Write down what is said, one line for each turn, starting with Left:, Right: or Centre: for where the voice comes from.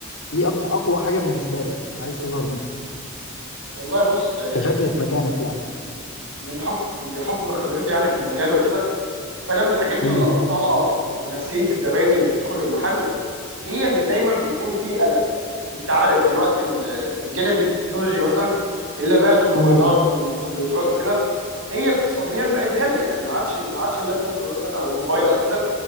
Left: ايه أق- اقوى حاجه بالنسبه لك عايز تظهر بيها
Right: والله بص آه،
Left: كشكل في مكانك يعني
Right: من حكم بحكم خبرتي يعني في المجال وكده فانا من الحاجات
Left: امم
Right: اللي لقطتها في نفسيه الزباين اللي بتدخل المحل هي ان دايما بيكون في قلق انت عارف دلوقتي ال- الجانب التكنولوجي مثلا اللابات والموبايلات
Left: امم
Right: والكمبيوترات وكده هي اقتصاديا بقت غاليه يعني ما عادش ما عادش اللابتوب مثلا او الموبايل او كده